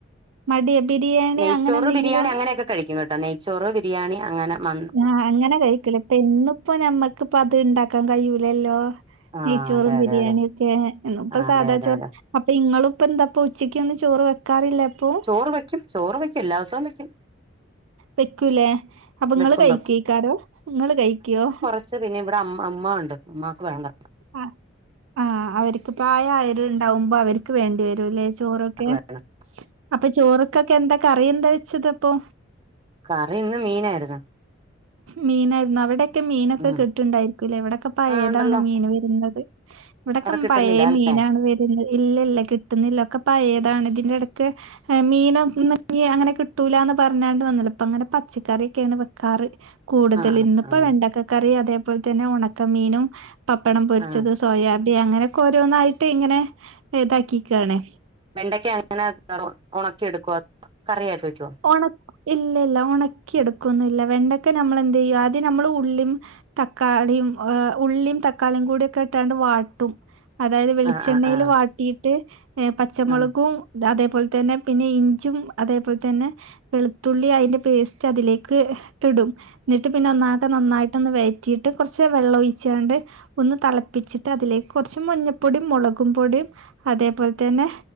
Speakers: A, on the right; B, on the right.
A: മടി ബിരിയാണി
B: നെയ്ച്ചോറ്
A: അങ്ങനെ എന്തെങ്കിലും
B: ബിരിയാണി അങ്ങനെയൊക്കെ കഴിക്കും കേട്ടോ നെയ്ച്ചോറ് ബിരിയാണി അങ്ങനെ മദ്
A: ആഅങ്ങനെ കഴിക്കല് ഇപ്പ ഇന്നിപ്പ നമ്മക് അത് ഇണ്ടാക്കാ കഴിയൂലല്ലോ
B: ആഹ്
A: നെയ്ച്ചോറും
B: അതെ
A: ബിരിയാണിയൊക്കെ
B: അതെ അതെ
A: ന്ന് പ്പൊ
B: ആഹ്
A: സാധാ
B: അതെ അതെ
A: ചോറ്
B: അതെ
A: അപ്പൊ ഇങ്ങളപ്പോന്താപ്പ ഉച്ചയ്ക്കൊന്നും ചോറ് വെക്കാറില്ല പ്പൊ
B: ചോറ് വെയ്ക്കും ചോറ് വയ്ക്കും എല്ലാസോം വെക്കും
A: വെക്കൂല്ലേ അപ്പൊ ങ്ങള്
B: വെക്കും
A: കഴിക്കയ് ക്കാരോ ങ്ങള് കഴികോ
B: ച്ച് പിന്നെവിടെ അമ്മ ഉമ്മ ഒണ്ട് ഉമ്മാ ക്ക് വേണ്ട
A: ആ ആ അവര് ക്ക് പ്രായയൊരുണ്ടാവുമ്പംഅവര് ക്ക്‌ വേണ്ടി വരൂല്ലേ ചോറൊക്കെ
B: വേണം
A: അപ്പൊ ചോറക്ക്കെ എന്താകറി എന്താ വെച്ചതപ്പോ
B: കറിന്ന് മീനാര് ന്ന്
A: മീനായിരുന്ന് അവിടെക്കെ മീനൊക്കെ
B: ഉം
A: കി ട്ടിണ്ടായിരിക്കൂല്ലേ ഇവിടെക്കെ പയേതാണ്
B: ആഹ് ഉണ്ടല്ലോ
A: മീന് വരുന്നത് ഇവിടക്കെ
B: അവിടെ കിട്ടുന്നില്ല
A: പയേ
B: അല്ലെ
A: മീനാണ് വരുന്നത് ഇല്ല ല്ല കിട്ട്ന്നില്ല ഒക്കെ പയേതാണ് ഇതിന്റെ ടക്ക് മീനൊന്ന് എ അങ്ങനൊന്ന് കിട്ടൂലാന്ന് പറഞ്ഞാണ്ട് വന്നിലഅപ്പൊ ങ്ങനെ പച്ചക്കറിക്കെണ് വെക്കാറ് കൂടുതല്
B: ആഹ്
A: ഇന്നിപ്പോ
B: ആഹ്
A: വെണ്ടക്കക്കറി അതേപോലെതന്നെ ഉണക്കമീനും പപ്പടം പൊരിച്ചത്
B: ആഹ്
A: സോയാബി അങ്ങനെക്കെ ഓരോന്നായിട്ട് ഇങ്ങനെ ഇതാക്കികാണ്
B: വെണ്ടക്ക ങ്ങനെ ഒണക്കിയെടുക്കോ അതോ കറിയായിട്ട് വക്കോ
A: ഒണക് ഇല്ല ല്ല ഒണക്കി എടുക്കൊന്നും ല്ല വെണ്ടക്ക ഞമ്മളെന്തയ്യ ആദ്യ നമ്മള് ഉള്ളിം തക്കാളിം ഉള്ളിം തക്കാളിയും കൂടിക്കെ ഇട്ട് കാണ്ട് വാട്ടും അതായത് വെളിച്ചെണ്ണ
B: ആഹ്
A: യിവാട്ടിട്ട്
B: ആഹ്
A: പച്ചമൊളകും
B: ആഹ്
A: അതേപോൽതന്നെ പിന്നെ ഇഞ്ചും അതേപോൽതന്നെ വെളുത്തുള്ളി അയിന്റെ പേസ്റ്റ് അതിലേക്കിടും ന്നിട്ട് പിന്നെ ഒന്നാകെ നന്നായിട്ടോന്ന് വയറ്റീട്ട് കൊറച് വെള്ളം ഒഴിച്ചാണ്ട് ഒന്ന് തെളപ്പിച്ചിട്ട് അതിലേക്ക് കൊറച്ച് മഞ്ഞപ്പൊടി മൊളക് പൊടിയും അതേപോൽതന്നെ